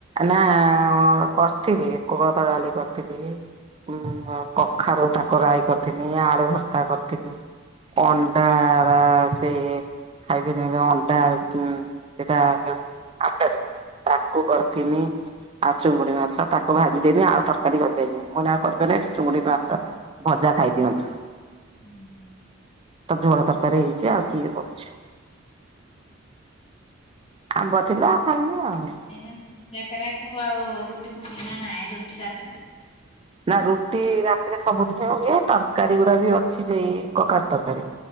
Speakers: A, on the right; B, on the left.
A: ନା ଅ କରିଥିଲି, ଏ କୋଳଥ ଡାଲି କରିଥିଲି। ଉଁ କଖାରୁ ତାକୁ ରାଇ କରିଥିନି, ଆଳୁ ଭର୍ତା କରିଥିଲି ଅଣ୍ଡାର ସେ ଖାଇଥିନି ଏବେ ଅଣ୍ଡା ଉଁ ସେଟା ଯୋଉ ଆମ୍ଲେଟ ତାକୁ କରିଥିନି ଆଉ ଚୁଙ୍ଗୁଡି ମାଛ ତାକୁ ଭାଜିଦେନି ଆଉ ତରକାରୀ କରିପାଇଲି ନାଇଁ ମୁଁ କହିଲି ମୁଁ ଆଉ କରିପାରିବି ନାଇଁ ସେ ଚୁଙ୍ଗୁଡି ମାଛ ଭଜା ଖାଇଦିଅନ୍ତୁ।
B: ହୁଁ।
A: ଝୋଳ ତରକାରୀ ହେଇଛି ଆଉ କିଏ କରୁଛି? ଆମ୍ବ ଥିଲା ଆଉ ଖାଇଲି ଆଉ।
B: ଏଇନେ ସୁଜି କାକରା କୁ ଆଉ ରୁଟି ଫୁଟି ନାହିଁ ରୁଟି ରାତିରେ ନାଇ।
A: ନା ରୁଟି ରାତିରେ ସବୁଦିନେ ହୁଏ ତରକାରୀ ଗୁଡା ବି ଅଛି ଏଇ କଖାରୁ ତରକାରୀ।